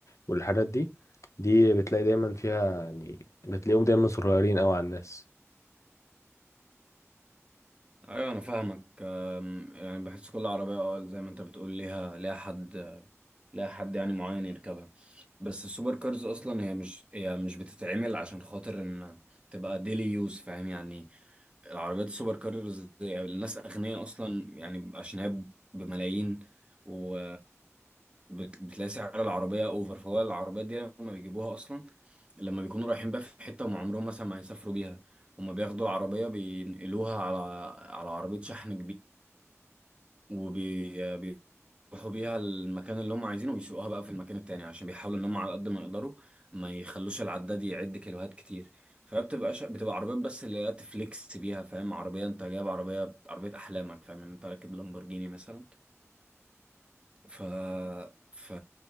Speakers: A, on the left; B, on the right.
A: والحاجات دي دي بتلاقي دايما فيها يعني بتلاقيهم دايما صغيرين قوي على الناس
B: ايوه انا فاهمك أم، يعني بحس كل عربيه اه زي ما انت بتقول ليها ليها حد ليها حد يعني معين يركبها بس السوبر كارز اصلا هي مش هي مش بتتعمل عشان خاطر ان تبقى ديلي يوز فاهم يعني العربيات السوبر كارز دي- الناس أغنياء أصلا يعني عشان هي ب- بملايين و بت- بتلاقي سعر العربية أوفر فهو العربيات دي لما بيجيبوها أصلا لما بيكونوا رايحين بقى في حتة هم عمرهم مثلا ما هيسافروا بيها هم بياخدوا العربية بينقلوها على على عربية شحن كبيرة يروحوا بيها المكان اللي هم عايزينه ويسوقوها بقى في المكان التاني عشان بيحاولوا ان هم على قد ما يقدروا ما يخلوش العداد يعد كيلوهات كتير فبتبقى ش... بتبقى عربيات بس اللي هي تفليكس بيها فاهم عربية انت جايب عربية عربية احلامك فاهم انت راكب لامبورجيني مثلا ف ف